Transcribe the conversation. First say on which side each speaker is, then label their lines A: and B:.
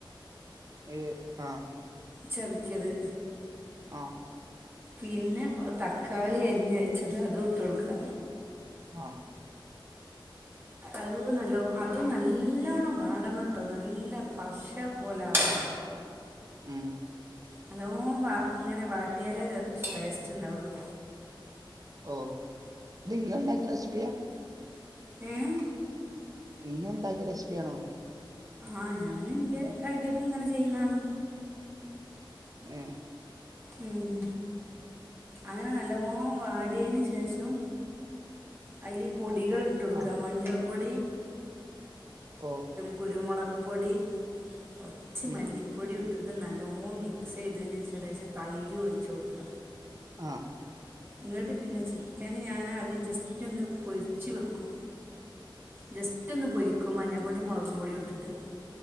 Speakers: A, on the right; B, on the right.
A: ഏഹ് ആഹ്.
B: ച്ചതിക്കിയത്
A: ആഹ്
B: പിന്നെ തക്കാളി അരിഞ്ഞ് വെച്ചത് അതും ഇട്ട്ടുക്കുക.
A: ആഹ്
B: അത് നല്ല അതും നല്ലവണ്ണം വാടണട്ടോ നല്ല പശ പോലെ ആവണം.
A: ഉം
B: നല്ലോണം വ ഇങ്ങനെ വാട്ടിയാലേ ടേസ്റ്റ് ഇണ്ടാവുള്ളു.
A: ഓഹ് ഇത്ങ്ങ ഇണ്ടാക്ക റെസിപ്പിയാ
B: ഏഹ്
A: നിങ്ങ ഇണ്ടാക്കിയ റെസിപ്പിയാണോ.
B: ആഹ് ഞാന് എന്റെ ഐഡിയക്ക് ഇങ്ങനെ ചെയ്യണാണ്.
A: ഏഹ്
B: ഉം അങ്ങനെ നല്ലോണം വാടിയേന് ശേഷം അയ്ല് പൊടികള് ഇട്ടൊടുക്ക
A: ആഹ്
B: മഞ്ഞൾപ്പൊടി
A: ഓഹ്
B: കുരുമുളക് പൊടി കുറച്ച്
A: ഉം
B: മല്ലി പ്പൊടി ഇട്ടിട്ട് നല്ലോം മിക്സ് ചെയ്തേന് ശേഷം ലേശം തൈര് ഒഴിച്ച് കൊടുക്ക
A: ആഹ്
B: എങ്ങോട്ട് പിന്നെ ചിക്കന് ഞാൻ ആദ്യം ജസ്റ്റ് ഒന്ന് പൊരിച്ച് വെക്കും ജസ്റ്റൊന്ന് പൊരിക്കും മഞ്ഞപ്പൊടി മുളകും പൊടിം ഇട്ടിട്ട്.